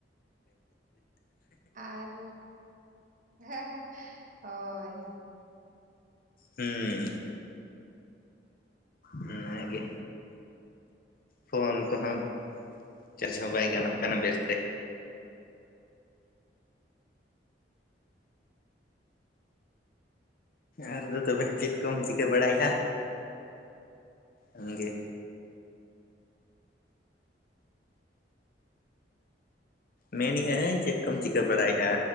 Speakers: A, on the right (about 50°); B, on the left (about 55°).
A: ᱟᱨ ᱦᱮᱸ ᱦᱮᱸ ᱦᱳᱭ᱾
B: ᱦᱩᱸᱢ᱾ ᱢᱮᱱᱟᱭ ᱜᱮ᱾ ᱯᱷᱳᱱ ᱠᱚᱦᱚᱸ ᱪᱟᱨᱡᱽ ᱦᱚᱸ ᱵᱟᱭ ᱜᱟᱱᱚᱜ ᱠᱟᱱᱟ ᱵᱮᱥᱛᱮ᱾ ᱟᱨᱨᱫᱚ ᱛᱚᱵᱮ ᱪᱮᱫ ᱠᱚᱢ ᱪᱤᱠᱟᱹ ᱵᱟᱲᱟᱭᱮᱫ-ᱟ ᱟᱢᱜᱮ? ᱢᱮᱱᱤ-ᱟᱹᱧ ᱪᱮᱫ ᱠᱚᱢ ᱪᱤᱠᱟᱹ ᱵᱟᱲᱟᱭᱮᱫ-ᱟ?